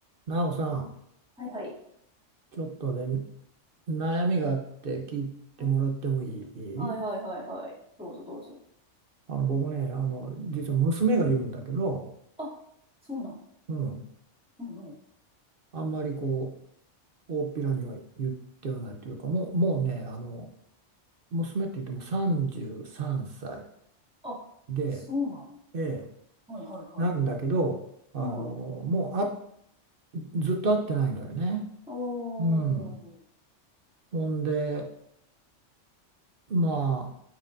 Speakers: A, on the right; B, in the centre.
A: なおさん、
B: はいはい。
A: ちょっとね、悩みがあって聞いてもらってもいい
B: あはいはいはいはい。どうぞどうぞ。
A: あの僕ね、あの実は娘がいるんだけど、
B: あ、そうなん。
A: うん、
B: はいはい。
A: あんまりこう、大っぴらには言ってはないというか、もう、もうね、あの娘って言っても33歳
B: あ、
A: で、
B: そうなん。
A: ええ、
B: はいはいはい。
A: なんだけど、あのもうあ
B: うん。
A: ずっと会ってないのよね。
B: おー、
A: うん、
B: なるほ
A: ほんで、ま